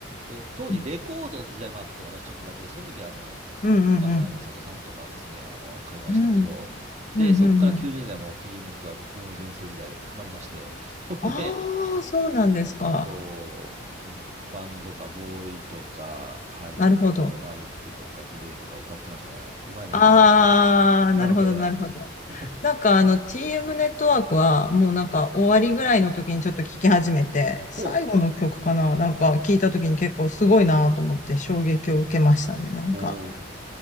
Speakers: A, on the right; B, on the left.
A: で、当時レコードの時代もあって、
B: うん
A: 私ちょっとだけ、その時はあの、
B: うんうん。
A: 渡辺美里さんとかですね、あの、買いましたけど、
B: うん、うん、
A: で、そこから90年代も
B: うん、うん。
A: TM ネットワーク、小室全盛時代、ハマりまして、<laughs> ほんで、
B: ああ、そうなんですか。
A: あと、バンドか、ボーイとか、はい、
B: なるほど。
A: あと、ラルクとか、グレーとか歌ってましたね。うまいか下手かは別として、
B: ああ、
A: カラオケで。
B: なるほど、なるほど。
A: <laughs>
B: なんかあの TM ネットワークはもうなんか終わりぐらいの時にちょっと聞き始めて、最後の曲かななんか聞いた時に結構すごいなと思って衝撃を受けましたね、
A: こう。
B: なんか。
A: お